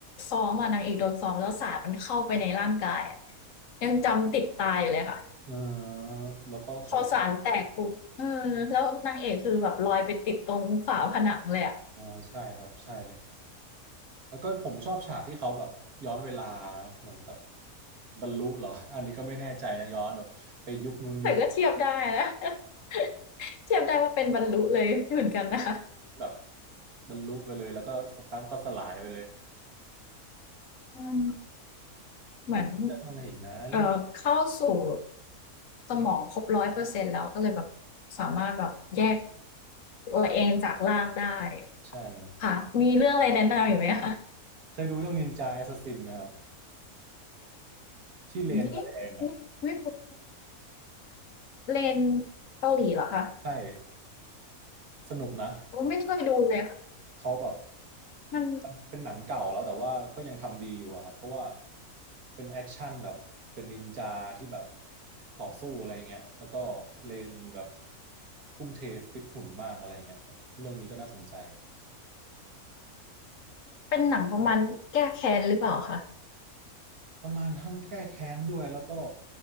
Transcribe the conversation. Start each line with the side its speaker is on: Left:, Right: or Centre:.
Left: ซ้อมอ่ะนางเอกโดนซ้อมแล้วสารมันเข้าไปในร่างกายอะยังจำติดตาอยู่เลยค่ะ
Right: เออแล้วก็เขา
Left: พอสารแตกปุ๊บเออแล้วนางเอกคือแบบลอยไปติดตรงฝาผนังเลยอะ
Right: เออใช่ครับใช่ แล้วก็ผมชอบฉากที่เขาแบบย้อนเวลาเนาะเหมือนแบบบรรลุเหรอ <laughs> อันนี้ก็ไม่แน่ใจนะย้อนแบบไปยุคนู้นยุค
Left: แต่ก็เทียบได้นะ <laughs> เทียบได้ว่าเป็นบรรลุเลยเหมือนกันนะคะ
Right: แบบบรรลุไปเลยแล้วก็สักพักก็สลายไปเลย
Left: อืมเหมือน
Right: ก็มีเรื่องอะไรอีกนะเรื่อง
Left: เอ่อเข้าสู่สมองครบร้อยเปอร์เซ็นต์แล้วก็เลยแบบสามารถแบบแยกตัวเองจากร่างได้
Right: ใช่ครับ
Left: ค่ะมีเรื่องอะไรแนะนำอีกไหมคะ
Right: เคยดูเรื่องนินจาแอสซัสซินไหมครับที่เลนแสดงอ่ะ
Left: นี่ไม่ไม่รู้เลนเกาหลีเหรอคะ
Right: ใช่สนุกนะ
Left: ผมไม่เคยดูเลยค่ะ
Right: เขาแบบ
Left: มัน
Right: มันเป็นหนังเก่าแล้วแต่ว่าก็ยังทำดีอยู่อะครับเพราะว่าเป็นแอคชั่นแบบเป็นนินจาที่แบบต่อสู้อะไรเงี้ยแล้วก็เลนแบบทุ่มเทฟิตหุ่นมากอะไรเงี้ยแบบเรื่องนี้ก็น่าสนใจ
Left: เป็นหนังประมาณแก้แค้นหรือเปล่าคะ
Right: ประมาณทั้งแก้แค้นด้วยแล้วก็